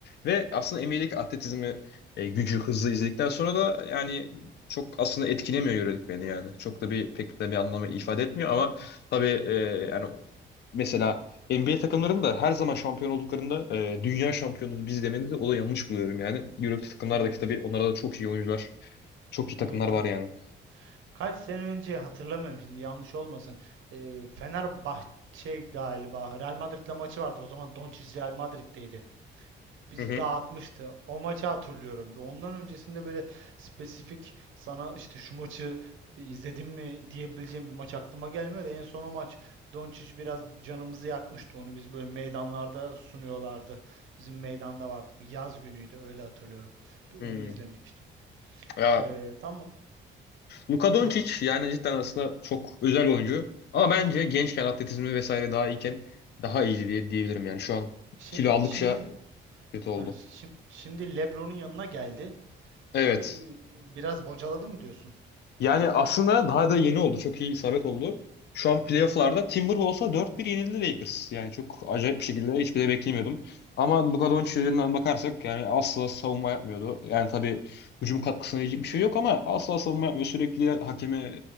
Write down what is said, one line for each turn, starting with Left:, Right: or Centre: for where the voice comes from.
Left: ve aslında NBA'deki atletizmi, e, gücü, hızı izledikten sonra da yani çok aslında etkilemiyor yörelik beni yani. Çok da bir pek de bir anlamı ifade etmiyor ama
Right: A-
Left: tabii e, yani mesela NBA takımlarının da her zaman şampiyon olduklarında e, dünya şampiyonu biz demeni de o da yanlış buluyorum yani. Euroleague takımlardaki
Right: Anladım.
Left: tabii onlarda da çok iyi oyuncular, çok iyi takımlar
Right: Evet tabii.
Left: var yani.
Right: Kaç sene önce hatırlamıyorum şimdi yanlış olmasın. Ee, Fenerbahçe galiba Real Madrid'le maçı vardı. O zaman Doncic Real Madrid'deydi. bizi
Left: Hı hı.
Right: dağıtmıştı. O maçı hatırlıyorum. Ondan öncesinde böyle spesifik sana işte şu maçı izledim mi diyebileceğim bir maç aklıma gelmiyor da en son o maç Doncic biraz canımızı yakmıştı. Onu biz böyle meydanlarda sunuyorlardı. Bizim meydanda vardı. Bir yaz günüydü öyle hatırlıyorum. Bir onu
Left: hı.
Right: izlemiştim.
Left: Ya
Right: Ee, tam
Left: Luka Doncic
Right: ha,
Left: yani cidden aslında çok özel oyuncu. Ama bence gençken atletizmi vesaire daha iyiken daha iyiydi diye diyebilirim yani. Şu an
Right: şi-
Left: kilo aldıkça
Right: şimdi
Left: kötü oldu.
Right: ha, şim- şimdi LeBron'un yanına geldi.
Left: Evet.
Right: Ee, e, biraz bocaladı mı diyorsun?
Left: Yani aslında daha da yeni oldu. Çok iyi isabet oldu. Şu an playoff'larda
Right: Aha,
Left: Timberwolves'a dört bir yenildi Lakers. Yani çok acayip bir şekilde hiçbir de beklemiyordum. Ama Luka Doncic'den bakarsak yani asla savunma yapmıyordu. Yani tabii hücum katkısına yiyecek bir şey yok ama asla savunma yapmıyor. Sürekli hakeme